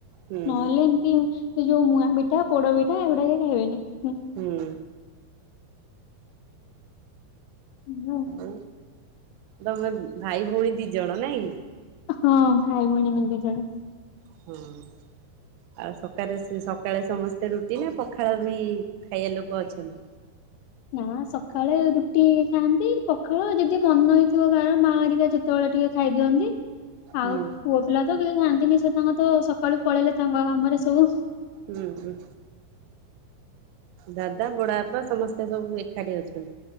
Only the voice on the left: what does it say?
ନହେଲେ
ଏମିତି ସେ ଯୋଉ ମୁଆ ତୋ ପୋଡ଼ ପିଠା ଏଗୁଡ଼ାକ ଖାଇବେନିଁ।
ଏଇଆ ଆଉ।
ହଁ ଭାଇ ଭଉଣୀ ଆମେ ଦି ଜଣ।
ହଁ ସକାଳେ ରୁଟି ଖାଆନ୍ତି ପଖାଳ ଯଦି ମନ ହେଇଥିବ କାହାର ମା ହରିକା ଯଦି କେତେବେଳେ ଟିକେ ଖାଇଦିଅନ୍ତି।
ଆଉ ପୁଅ ପିଲା ତ କିଛି ଖାନ୍ତିନି ସେ ତାଙ୍କ ତ ସକାଳୁ ପଳେଇଲେ ତାଙ୍କ କାମରେ ସବୁ।